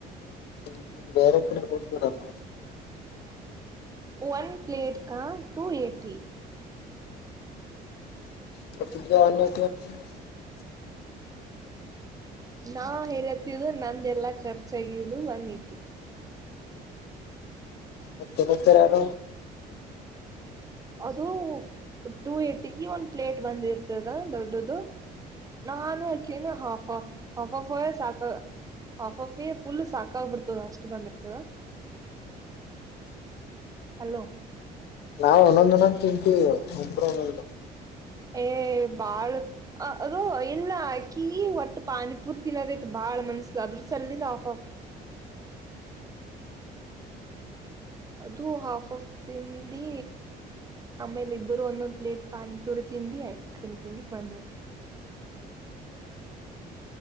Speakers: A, on the left; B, on the right.
A: ಹ್ಮ್ ಬೇರೆ ಕಡೆ ಹೋಗಿದರಲ್ಲ
B: ಒನ್ ಪ್ಲೇಟ್ ಕ ಟೂ ಏಟಿ
A: <inaudible>
B: ನಾ ಹೇಳತಿದು ನಂದ ಎಲ್ಲಾ ಖರ್ಚಾಗಿದು ಒನ್ ಏಟಿ
A: ಮತ್ತ ಎದಕ್ಕಾರ
B: ಅದು ಟೂ ಏಟಿಗಿ ಒಂದ್ ಪ್ಲೇಟ್ ಬಂದಿರ್ತದ ದೊಡ್ಡದು ನಾಾನು ಅಕ್ಕಿನು ಹಾಫಫ ಹಾಫಫ ಹಾಫಫ ಒಳಗ ಸಾಕ ಹಾಫ್ ಆಫ್ ಪೆ ಫುಲ್ ಸಾಕಾಗ್ಬಿಡ್ತದ ಅಷ್ಟ ಬಂದಿರ್ತದ
A: <unintelligible>
B: ಹಲೋ
A: ನಾವು ಒಂದೊಂದಂದು ತಿಂತೀವಿ ಇಬ್ಬರು ಒಂದೊಂದು
B: ಏ ಬಾಳ ಅ ಅದೋ ಇಲ್ಲ ಹಾಕಿ ಒಟ್ಟ ಪಾನಿಪೂರಿ ತಿನ್ನದಿತ್ತ ಬಾಳ ಮನಸ ಅದ್ರ ಸಲ್ಲಿಲ್ಲ ಆಫ್ ಆಫ್ ಅದು ಹಾಫ್ ಆಫ್ ತಿಂದಿ ಆಮೇಲ ಇಬ್ಬರು ಒಂದೊಂದ್ ಪ್ಲೇಟ್ ಪಾನಿಪುರಿ ತಿಂದಿ ಐಸ್ ಕ್ರೀಮ್ ತಿಂದಿ ಬಂದವಿ